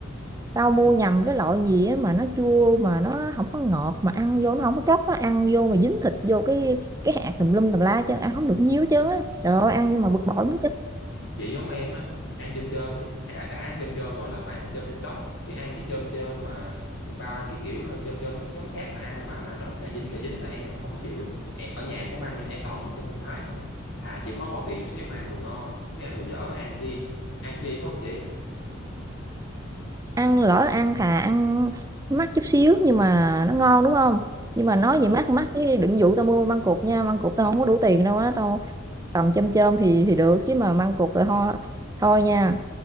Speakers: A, on the right; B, on the left.
A: tao mua nhầm cái loại gì á mà nó chua mà nó không có ngọt mà ăn vô nó không có chóc á ăn vô mà dính thịt vô cái cái hạt tùm lum tùm la chứ ăn không được nhiều chứ á trời ơi ăn
B: đúng rồi
A: nhưng mà bực bội muốn chết
B: chị giống em á ăn chôm chôm thì à, đã, đã ăn chôm chôm rồi là phải ăn chôm chôm tóc chứ ăn cái chôm chôm mà ba cái kiểu ờ, chôm chôm mấy giống khác mà ăn mà mà nó cà dính cà dính là em không có chịu E- ở nhà em cũng ăn nhưng em toàn chôm chôm Thái không à thà chịu khó bỏ tiền chút xíu mà ăn đồ ngon chứ ăn đồ dở thì ăn chi ăn chi phải không chị
A: ăn lỡ ăn thà ăn mắc chút xíu nhưng mà nó ngon đúng không nhưng mà
B: ừ,
A: nói về mắc mắc chứ đừng dụ tao mua măng cụt nha măng cụt tao không có đủ tiền đâu á tao tầm chôm chôm thì thì được chứ mà măng cụt là thôi thôi nha